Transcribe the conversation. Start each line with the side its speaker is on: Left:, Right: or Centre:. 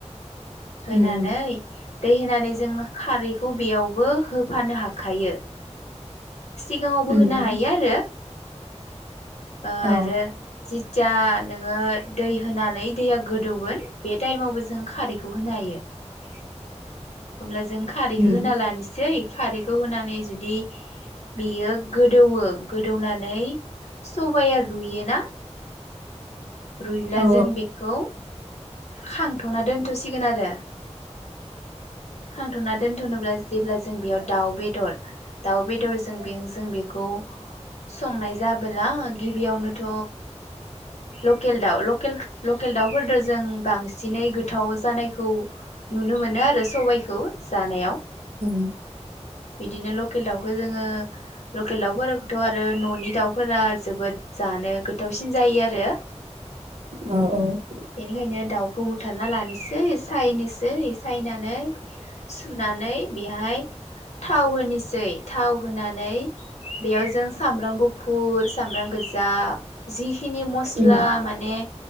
Left: होनानै
Right: उम उम
Left: दैे होनानै जोङो। खारैखौ बेयावबो होफानो हाखायो। सिगाङावबो
Right: उम
Left: होनो हायो आरो। ओ
Right: औ
Left: आरो जिथिया नोङो दै होनानै दैया गोदौगोन बे टाइमावबो जों खारैखौ होनो हायो होनब्ला जों खारैखौ
Right: उम
Left: होना लानोसै खारैखौ होनानै जुदि बेयो गोदौवो गोदौनानै सबाया रुयोना रुइब्ला
Right: औ
Left: जों बेखौ खां थ'ना दोनथ'सिगोन आरो खांथ'ना दोनथ'नोब्ला जेब्ला जों बेयाव दाउ बेदर दाउ बेदरजों बे जों बेखौ संनाय जाबोला गिबियावनोथ' लकेल दाउ लकेल दाउफोरदो जों बांसिनै गोथाव जानायखौ नुनो मोनो आरो सबायखौ जानायाव
Right: औ
Left: बिदिनो लकेल दाउखौ जोङो लकेल दाउथ' आरो न'नि दाउफोरा जोबोद जानो गोथावसिन जायो आरो
Right: औ औ
Left: बेनिखायनो दाउ खौ बुथारना लानोसै सायनोसै सायनानै सुनानै बेहाय थाव होनोसै थाव होनानै बेयाव जों सामब्राम गुफुर सामब्राम गोजा जिखिनि
Right: उम
Left: ला माने